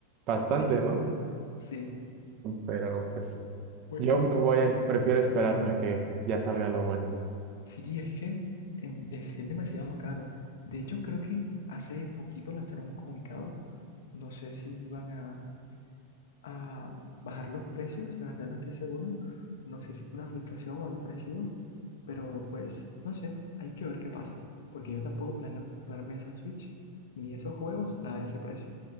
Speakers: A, on the right; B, on the left.
A: bastante,
B: Exactamente.
A: ¿no?
B: Sí,
A: Pero pues
B: juegan
A: yo me
B: con...
A: voy a, prefiero esperarme a que ya salga lo bueno.
B: Sí, es que em, es, es demasiado caro. De hecho, creo que hace poquito lanzaron un comunicado, no sé si iban a a bajar los precios, la verdad no estoy seguro, no sé si fue una filtración o algo parecido, pero pues no sé, hay que ver qué pasa, porque yo tampoco planeo comprarme esa Switch ni esos juegos a ese precio.